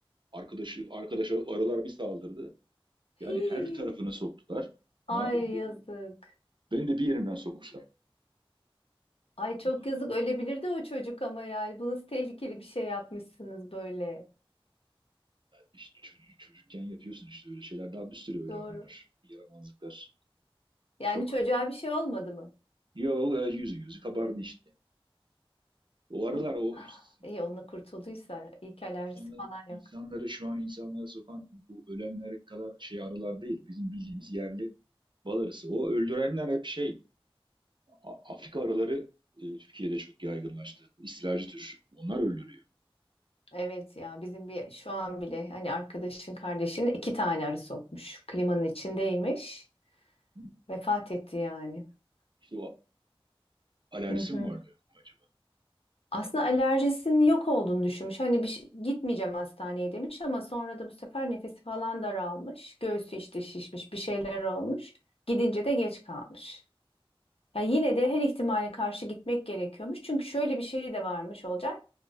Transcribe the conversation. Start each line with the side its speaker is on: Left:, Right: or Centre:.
Right: Arkadaşı, arkadaşa arılar bir saldırdı.
Left: Hii.
Right: Yani her tarafını soktular.
Left: Ay
Right: Bana beni,
Left: yazık.
Right: beni de bir yerimden sokmuşlar.
Left: Ay çok
Right: Onu
Left: yazık
Right: da
Left: ölebilirdi o çocuk ama yani bu nasıl tehlikeli bir şey yapmışsınız böyle.
Right: işte çocuk- çocukken yapıyorsun işte öyle şeyler. Daha bir sürü öyle
Left: Doğru.
Right: anı var. Yaramazlıklar.
Left: Yani
Right: Çok.
Left: çocuğa bir şey olmadı mı?
Right: Yok e, yüzü gözü kabardı işte. yani. O aralar
Left: Hı. <gasps>
Right: o
Left: Ah,
Right: is-
Left: İyi onunla kurtulduysa
Right: bu
Left: iyi ki alerjisi
Right: insanı,
Left: falan
Right: insanları
Left: yok.
Right: şu an insanları sokan bu ölenler kadar şey arılar değil. Bizim bildiğimiz yerli bal arısı. O öldürenler hep şey A- Afrika arıları e, Türkiye'de çok yaygınlaştı. İstilacı tür. Onlar öldürüyor.
Left: Evet ya bizim bir şu an bile hani arkadaşın kardeşinin iki tane arı sokmuş. Klimanın içindeymiş.
Right: Hı?
Left: Vefat etti yani.
Right: İşte o alerjisi
Left: Hı hı.
Right: mi vardı acaba?
Left: Aslında alerjisinin yok olduğunu düşünmüş. Hani bir şey- gitmeyeceğim hastaneye demiş ama sonra da bu sefer nefesi falan daralmış. Göğsü işte şişmiş, bir şeyler olmuş. Gidince de geç kalmış. Yani yine de her ihtimale karşı gitmek gerekiyormuş. Çünkü şöyle bir şey de varmış olacak.